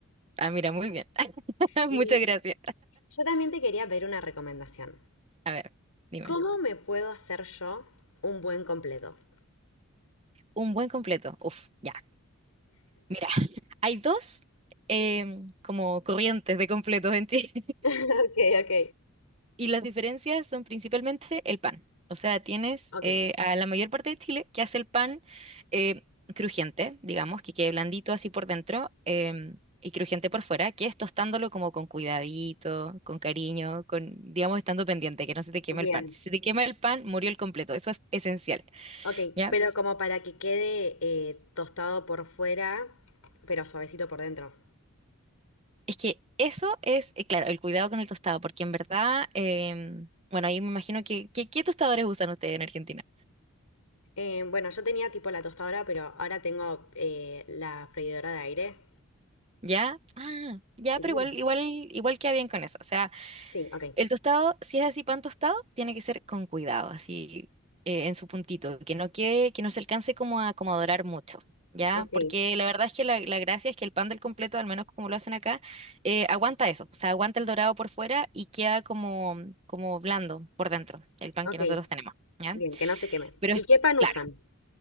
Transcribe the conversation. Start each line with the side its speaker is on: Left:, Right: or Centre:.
Right: Ah, mira, muy bien. <laughs>
Left: Y
Right: Muchas gracias.
Left: yo también te quería pedir una recomendación.
Right: A ver, dime.
Left: ¿Cómo me puedo hacer yo un buen completo? <laughs>
Right: Un buen completo. Uf, ya. Mira, hay dos em, como corrientes de completos en Chile.
Left: Ok, ok.
Right: Y las diferencias son principalmente el pan. O sea, tienes
Left: Ok,
Right: eh, a la mayor parte de Chile que hace el pan eh, crujiente, digamos, que quede blandito así por dentro em, y crujiente por fuera, que es tostándolo como con cuidadito, con cariño, con, digamos, estando pendiente, que no se te queme
Left: bien.
Right: el pan. Si se te quema el pan, murió el completo. Eso es esencial,
Left: Ok,
Right: ¿ya?
Left: pero como para que quede eh, tostado por fuera, pero suavecito por dentro.
Right: Es que eso es, eh, claro, el cuidado con el tostado, porque en verdad, em, bueno, ahí me imagino que, que- ¿qué tostadores usan ustedes en Argentina?
Left: Eh, bueno, yo tenía tipo la tostadora, pero ahora tengo eh, la freidora de aire.
Right: ¿Ya? Ah, ya,
Left: Entonces,
Right: pero igual, igual, igual queda bien con eso. O sea,
Left: sí, ok,
Right: el tostado, si es así pan tostado, tiene que ser con cuidado, así eh, en su puntito, que no quede, que no se alcance como a, como a dorar mucho, ¿ya?
Left: ok,
Right: Porque la verdad es que la, la gracia es que el pan del completo, al menos como lo hacen acá, eh, aguanta eso, o sea, aguanta el dorado por fuera y queda como, como blando por dentro, el pan
Left: ok.
Right: que nosotros tenemos, ¿ya?
Left: Bien, que no se queme.
Right: Pero
Left: ¿Y
Right: es,
Left: qué pan usan?
Right: claro.